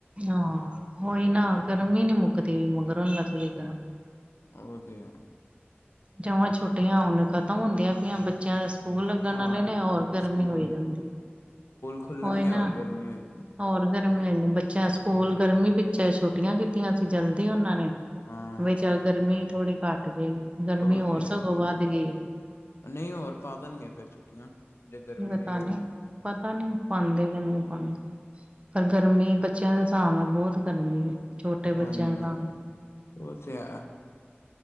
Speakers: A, on the right; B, on the left.
A: ਹਾਂ ਹੋਈ ਨਾ ਗਰਮੀ ਨੀ ਮੁਕਤੀ ਮਗਰੋਂ ਲਥਦੀ ਗਰਮੀ
B: ਹਾਂ ਉਹ ਤੇ ਹੈ।
A: ਜਵਾਂ ਛੋਟੀਆਂ ਹੋਣ ਖਤਮ ਹੁੰਦੀਆਂ ਪਈਆਂ ਬੱਚਿਆਂ ਸਕੂਲ ਲੱਗਣ
B: ਹਾਂ
A: ਵਾਲੇ ਨੇ ਹੋਰ ਗਰਮੀ
B: ਸਕੂਲ-ਸਕੂਲ
A: ਹੋਈ ਜਾਦੀ
B: ਖੁੱਲਣਗੇ
A: ਓਹੀ ਨਾ
B: ਹੋਰ ਗਰਮੀ ਹੋਈ ਜਾਣੀ।
A: ਹੋਰ ਗਰਮੀ ਇਨੀ ਬੱਚਿਆਂ ਸਕੂਲ ਗਰਮੀ ਪਿਛੇ ਛੋਟੀਆਂ ਕਿਤ ਸੀ ਜਲਦੀ ਉਹਨਾਂ ਨੇ
B: ਹਾਂ
A: ਵਿ ਚੱਲ ਗਰਮੀ ਥੋੜੀ ਘੱਟ ਜਾਏਗੀ। ਗਰਮੀ
B: ਉਹ
A: ਹੋਰ
B: ਤੇ
A: ਸਗੋਂ
B: ਹੈ।
A: ਵੱਧ ਗਈ ਏ
B: ਨਹ ਹੋਰ ਪਾ ਦੇਣਗੇ ਫੇਰ ਛੁੱਟੀਆਂ। ਜੇ ਗਰਮੀ
A: ਪਤਾ
B: ਰਹੀ ਹੈ
A: ਨਹੀ।
B: ਨਾ
A: ਪਤਾ ਨਈ ਪਾਦੇ ਕਿ ਨਈ ਪਾਂਦੇ ਪਰ ਗਰਮੀ ਬੱਚਿਆਂ ਦੇ ਹਿਸਾਬ ਨਾਲ ਬਹੁਤ- ਗਰਮੀ ਆ ਛੋਟੇ
B: ਹਾਂਜੀ-ਹਾਂਜੀ
A: ਬੱਚਿਆਂ ਦਾ-
B: ਉਹ ਤੇ ਹੈ